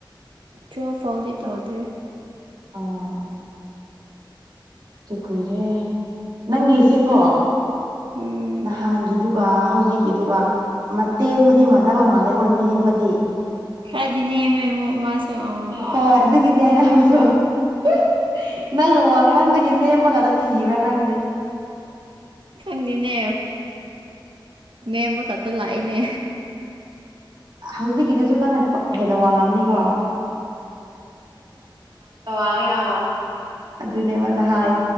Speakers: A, on the right; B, on the right.
A: ꯇꯨꯋꯦꯜꯐ ꯐꯥꯎꯗꯤ ꯇꯧꯗ꯭ꯔꯤ
B: ꯑꯥ ꯇꯨ ꯀꯨꯏꯔꯦ ꯅꯪꯒꯤꯁꯤ ꯀꯣ
A: ꯎꯝ
B: ꯅꯍꯥꯟꯒꯤꯗꯨꯒ ꯍꯧꯖꯤꯛꯀꯤꯗꯨꯒ ꯃ ꯇꯦꯟꯕꯗꯤ ꯃꯥꯟꯅꯕ ꯃꯥꯜꯂꯦꯀꯣ ꯅꯦꯝꯕꯗꯤ
A: ꯈꯔꯗꯤ ꯅꯦꯝꯃꯦꯕꯨ ꯃꯥꯁꯨ ꯑ
B: ꯍꯣꯏ ꯑꯗꯨꯒꯤꯅꯦ ꯑꯩꯅꯥ ꯍꯥꯏꯕꯗꯣ <unintelligible> ꯅꯪꯅ ꯋꯥꯡꯃꯟꯕ ꯅꯦꯝꯕ ꯉꯥꯛꯇ ꯊꯤꯕ꯭ꯔꯥ ꯈꯪꯗꯦ
A: ꯈꯪꯗꯦꯅꯦ ꯅꯦꯝꯕ ꯈꯛꯇ ꯂꯥꯛꯑꯦꯅꯦ
B: ꯍ ꯍꯧꯖꯤꯛꯀꯤꯗꯨꯁꯨ ꯅꯪꯅ ꯄ ꯍꯦꯟꯅ ꯋꯥꯡꯉꯝꯅꯤꯀꯣ ꯋꯥꯡꯉꯦ ꯑꯥ ꯑꯗꯨꯅꯦꯕ ꯅꯍꯥꯟ